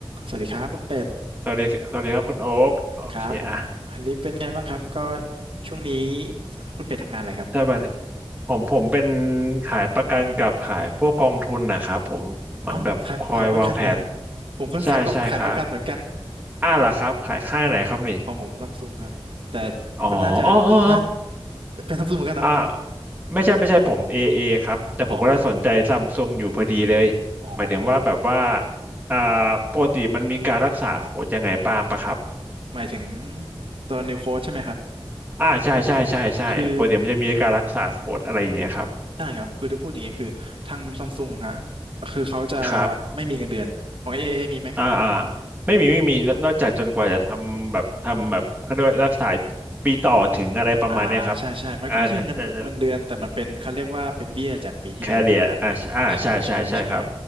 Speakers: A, on the right; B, on the right.
A: สวัสดีครับคุณเป็ด
B: สวัสดีสวัสดีครับคุณโอ๊กโอเคอ่ะ
A: ครับผมอันนี้เป็นไงบ้างครับก็ช่วงนี้คุณเป็ดทำงานอะไรครับ
B: สวัสดีผมผมเป็นขายประกันกับขายพวกกองทุนนะครับผมเหมือนแบบคอยวางแผน
A: อ๋อขายขายประกันนะฮะผมก็ขายก็ขายประกันเหมือนกัน
B: ใช่ใช่ครับอ่าล่ะครับขายค่ายไหนครับนี่
A: ของผมซัมซุงครับแต่
B: อ๋ออ๋ออ๋อ
A: ก็น่าจะน่าเป็นซัมซุงเหมือนกันเนาะ
B: อ๋ออ่าไม่ใช่ไม่ใช่ผมเอเอครับแต่ผมก็ได้สนใจซัมซุงอยู่พอดีเลย
A: อ๋ออ๋อ
B: หมายถึงว่าแบบว่าอ่าปกติมันมีการรักษาโค้ดยังไงบ้างปะครับ
A: หมายถึงตัวนิวโค้ดใช่ไหมครับ
B: อ่าใช่ใช่ใช่ใช่ปกติมันจะมีการรักษาโค้ดอะไรอย่างเงี้ยครับ
A: คือได้ครับคือจะพูดอย่างนี้คือทางซัมซุงฮะคือเขาจะ
B: ครับ
A: ไม่มีเงินเดือนของเอเอมีไหม
B: อ่าอ่าไม่มีไม่มีนอกจากจนกว่าจะทำแบบทำแบบเขาเรียกว่ารักษาปีต่อถึงอะไรประมาณเนี้ยครับ
A: อ่าใช่ใช่มันก็ไม่เชิงเงินเงินเดือนแต่มันเป็นเขาเรียกว่าเป็นเบี้ยจากปีที่แล้วถูกไหมครับ
B: อ่าจะจะแคเรียอ่าใช่อ่าใช่ใช่ใช่ครับ
A: ใช่ใช่ใช่